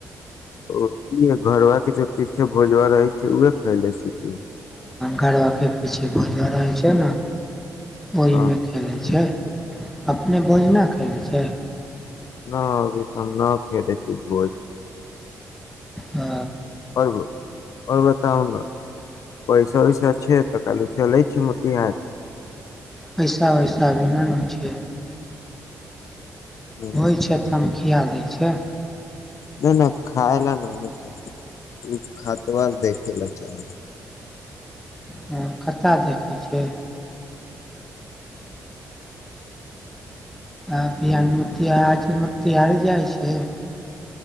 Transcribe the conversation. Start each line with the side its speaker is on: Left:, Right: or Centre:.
Left: ओ ई घरवा जो पीछे भोजवा रहै छै उह खैले छी कि
Centre: गड़बाके पीछे भोजऽ रहै छै ने
Left: न
Centre: ओहिमे खेलै छै अपने भोजना खय लै छै
Left: न अभी त हम न फेदे छी बोल
Centre: आ,
Left: परब पव त उ पैसा वैसा छै तऽ कालू चलै छै मोतिहारी
Centre: पैसा वैसा विनान छै
Left: नहि
Centre: होइ छै त हम खिया दै छै
Left: नहि नहि खाय ल न ने चाही ओ खातवार देखे ल चाही
Centre: हँ कतय देखै छै आ बिहानमे आजम तिहार जाइ छै